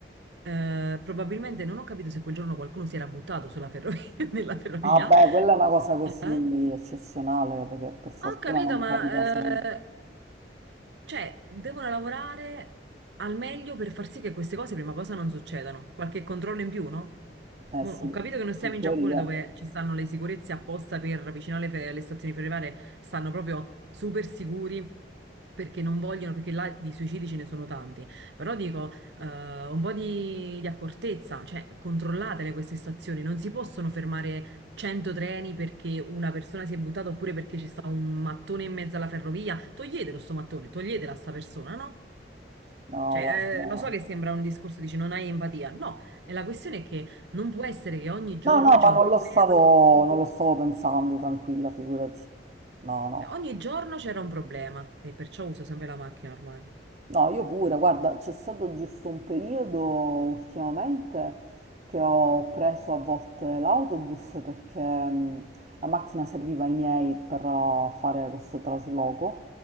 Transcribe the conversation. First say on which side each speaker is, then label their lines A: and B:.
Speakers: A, on the right (about 75°); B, on the right (about 35°).
A: Eh, probabilmente non ho capito se quel giorno qualcuno si era buttato sulla ferrovia, <laughs> nella ferrovia.
B: vabbè, quella è una cosa così
A: Eh?
B: eccezionale, perché per fortuna
A: Ho capito,
B: non
A: ma
B: capita sempre.
A: eh, Cioè, devono lavorare al meglio per far sì che queste cose, prima cosa, non succedano. Qualche controllo in più, no? Mo-
B: Eh sì,
A: ho capito
B: in
A: che non siamo in
B: teoria.
A: Giappone dove ci stanno le sicurezze apposta per vicino alle, fe- alle stazioni ferroviarie, stanno proprio super sicuri perché non vogliono, perché là di suicidi ce ne sono tanti. Però dico, eh, un po' di, di accortezza, cioè controllatele queste stazioni, non si possono fermare 100 treni perché una persona si è buttata oppure perché ci sta un mattone in mezzo alla ferrovia, toglietelo sto mattone, toglietela a sta persona, no?
B: No,
A: Cioè,
B: guarda, no.
A: eh, lo so che sembra un discorso, dici non hai empatia. No, e la questione è che non può essere che ogni giorno
B: No, no, ma
A: c'è un
B: non
A: problema.
B: lo stavo,
A: Eh,
B: non lo stavo pensando, tranquilla, figurati. No, no.
A: Ogni giorno c'era un problema e perciò uso sempre la macchina ormai.
B: No, io pure, guarda, c'è stato giusto un periodo ultimamente che ho preso a volte l'autobus perché mh, la macchina serviva ai miei per eh, fare questo trasloco